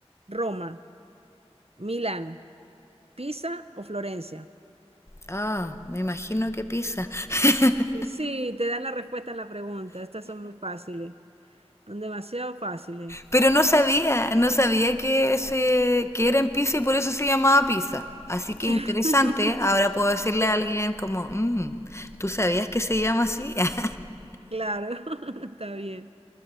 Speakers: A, on the right; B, on the left.
A: Roma, Milán, Pisa o Florencia.
B: Ah, oh, me imagino que Pisa. <laughs>
A: Y sí, te dan la respuesta en la pregunta. Estas son muy fáciles, son demasiado fáciles.
B: Pero no sabía, no sabía que, ese, que era en Pisa y por eso se llamaba Pisa. Así que
A: <laughs>
B: interesante, ahora puedo decirle
A: Interesante.
B: a alguien como, "Mm, ¿tú sabías que se llama así? <laughs>
A: Claro, <laughs> está bien.